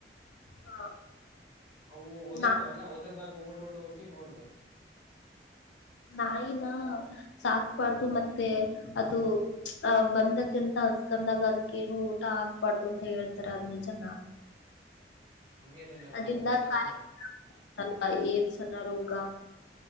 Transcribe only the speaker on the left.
ಹಾ
ನಾ
ನಾಯಿನ ಸಾಕ್ಬಾರ್ದು ಮತ್ತೆ ಅದು ಅ ಬಂದ ತಿಂತ ಹಸ್ಕಂದಾಗ ಅದಕ್ಕ ಏನು ಊಟ ಹಾಕ್ಬಾರ್ದು ಅಂತ ಹೇಳ್ತಾರ ಅದ್ ನಿಜನ
ಅದಂದ
ಕಾಯಿಲೆ <inaudible> ಏಮ್ಸ್ ಅನ್ನ ರೋಗ